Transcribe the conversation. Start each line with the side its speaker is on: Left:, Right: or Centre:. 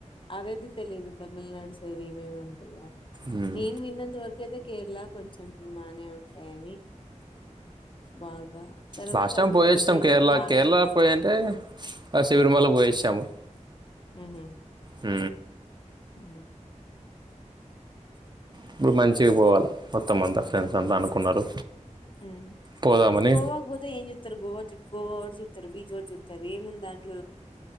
Left: అదేది తెలీదు తమిళనాడు సైడ్ ఏమేమి ఉంటదా
Right: మ్మ్.
Left: నేను విన్నంత వరు కైతే కేరళ కొంచెం బానే ఉంటాయని బాగా తర్వాత
Right: లాస్ట్
Left: కర్ణాటక
Right: టైం పోయి వచ్చినాం
Left: సైడ్
Right: కేరళక్
Left: బానే
Right: కేరళ
Left: టెంపుల్స్
Right: పోయి
Left: బాగుంటాయి
Right: అంటే శబరిమలకి పోయి వచ్చానాం.
Left: ఉహు
Right: ఉ
Left: ఉ
Right: ఇప్పుడు మంచిగా పోవాల మొత్తం అంతా ఫ్రెండ్స్ అంతా అనుకున్నారు.
Left: హుమ్
Right: పోదామని
Left: గోవాకి పోతే ఏం చేత్తరు గోవా కి చెప్ గోవా ఒకటే చూత్తరు బీచ్ రోజు చూత్తరు ఏముందడ